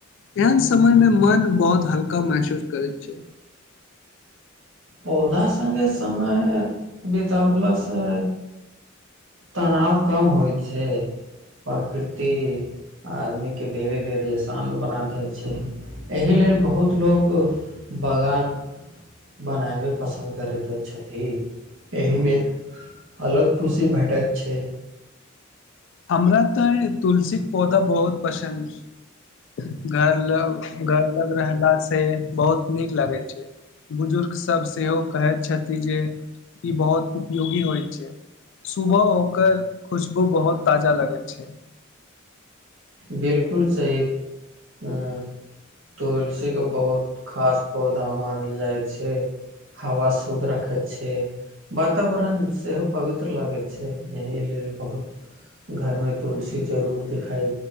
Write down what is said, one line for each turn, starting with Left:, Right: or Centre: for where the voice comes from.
Left: एहन समय मे मन बहुत हलका क महसूस करै छै
Right: पौधा सङ्गे समय बितबलासँ तनाव कम होइत छै प्रकृति आदमीकेँ धीरे धीरे शान्त बना दै छै एहि लेल बहुत लोक बगान बनाबे पसन्द करैत छथि एहिमे अलग खुशी भेटैत छै
Left: हमरा तऽ तुलसीक पौधा बहुत पसन्द घर लग घरलग रहना से से बहुत नीक लगै छै बुजुर्ग सब सेहो कहैत छथि जे ई बहुत उपयोगी होइ छै सुबह होकर खुशबू बहुत ताजा लगै छै
Right: बिल्कुल सही हूँ तुलसीे बहुत खास पौधा मानल जाइ छै हवा शुद्ध रखैत छै वातावरण सेहो पवित्र लागैत छै एहि लेल बहुत घरमे तुलसी जरूर दिखाइ